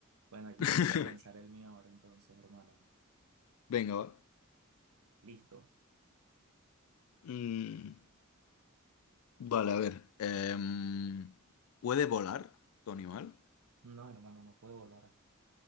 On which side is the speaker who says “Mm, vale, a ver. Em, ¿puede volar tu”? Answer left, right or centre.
Left